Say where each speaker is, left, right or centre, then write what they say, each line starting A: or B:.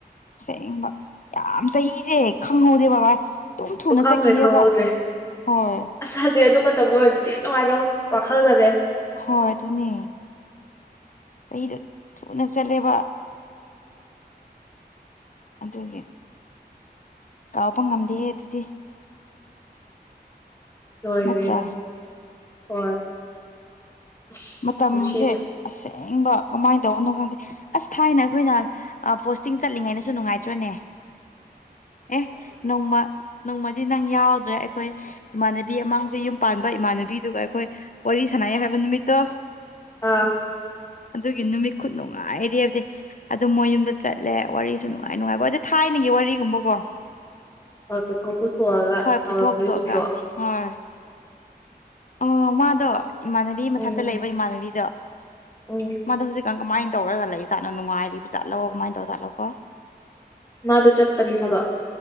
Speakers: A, on the left; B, on the left.
A: ꯁꯦꯡꯕ ꯌꯥꯝ ꯆꯍꯤꯁꯦ ꯈꯪꯍꯧꯗꯦ ꯕꯕꯥꯏ꯫ ꯑꯗꯨꯨꯝ ꯊꯨꯅ
B: ꯁꯨꯈꯪꯗꯤ
A: ꯆꯠꯈꯤꯌ‌ꯦꯕ
B: ꯈꯪꯍꯧꯗ꯭ꯔꯦ
A: ꯍꯣꯏ꯫
B: ꯑꯁ ꯍꯧꯖꯤꯛ ꯑꯗꯨ ꯃꯇꯝꯗꯣ ꯑꯣꯏꯔꯗꯤ ꯊꯤ ꯅꯨꯡꯉꯥꯏꯗꯧꯅꯤ ꯋꯥꯈꯜꯒꯁꯦ꯫
A: ꯍꯣꯏ ꯑꯗꯨꯅꯦ ꯆꯍꯤꯗ ꯊꯨꯅ ꯆꯠꯂꯦꯕ꯫ ꯑꯗꯨꯒꯤ꯫ ꯀꯥꯎꯕ ꯉꯝꯗꯦꯍ‌ꯦ ꯑꯗꯨꯗꯤ꯫
B: ꯂꯣꯏꯂꫭꯏꯅꯤ
A: ꯅꯠꯇ꯭ꯔꯥ
B: ꯍꯣꯏ꯫ ꯑꯁ
A: ꯃꯇꯝꯁꯦ
B: ꯅꯨꯡꯁꯤꯗ
A: ꯑꯁꯦꯡꯕ꯫ ꯀꯃꯥꯏꯅ ꯇꯧꯕꯅꯣ ꯈꯪꯗꯦ ꯑꯁ ꯊꯥꯏꯅ ꯑꯩꯈꯣꯏꯅ ꯄꯣꯁꯇꯤꯡ ꯆꯠꯂꯤꯉꯩꯗꯁꯨ ꯅꯨꯡꯉꯥꯏꯇ꯭ꯔꯣꯅꯦ꯫
B: ꯫
A: ꯑꯦ ꯅꯣꯡꯃ ꯅꯣꯡꯃꯗꯤ ꯅꯪ ꯌꯥꯎꯗ꯭ꯔꯦ ꯑꯩꯈꯣꯏ ꯏꯃꯥꯟꯅꯕꯤ ꯑꯃ ꯍꯧꯖꯤꯛ ꯌꯨꯝ꯫ ꯄꯥꯟꯕ ꯏꯃꯥꯟꯅꯕꯤꯗꯨꯒ ꯑꯩꯈꯣꯏ ꯋꯥꯔꯤ ꯁꯥꯟꯅꯩ ꯍꯥꯏꯕ ꯅꯨꯃꯤꯠꯇꯣ꯫
B: ꯑꯥ꯫
A: ꯑꯗꯨꯒꯤ ꯅꯨꯃꯤꯠ ꯈꯨꯠ ꯅꯨꯡꯉꯥꯏꯗꯤ ꯍꯥꯏꯕꯗꯤ ꯑꯗꯨ ꯃꯣꯏ ꯌꯨꯝꯗ ꯆꯠꯂꯦ ꯋꯥꯔꯤꯁꯨ ꯅꯨꯡꯉꯥꯏ ꯅꯨꯡꯉꯥꯏꯕ ꯊ꯫ ꯊꯥꯏꯅꯒꯤ ꯋꯥꯔꯤꯒꯨꯝꯕꯀꯣ꯫
B: ꯍꯣꯏ ꯄꯨꯊꯣꯛ ꯄꯨꯊꯣꯛꯑꯒ
A: ꯍꯣꯏ
B: ꯇꯧꯔꯝꯗꯣꯏꯁꯤꯡꯗꯣ
A: ꯄꯨꯊꯣꯛ ꯄꯨꯊꯣꯛ ꯀ ꯍꯣꯏ ꯑꯣ ꯃꯥꯗꯣ ꯏꯃꯥꯟꯅꯕꯤ
B: ꯎꯝ
A: ꯃꯊ ꯂꯩ ꯏꯃꯥꯟꯅꯕꯤꯗꯣ
B: ꯎꯝ
A: ꯍꯧꯖꯤꯛ ꯀꯃꯥꯏꯅ ꯇꯧꯔꯒ ꯂꯩ ꯆꯥꯠꯅꯣ ꯅꯨꯡꯉꯥꯏꯔꯤꯕ ꯆꯥꯠꯂꯣ ꯀꯃꯥꯏ ꯇꯧ ꯆꯥꯠꯂꯣꯀꯣ
B: ꯃꯥꯗꯨ ꯆꯠꯄꯅꯤ ꯊꯕꯛ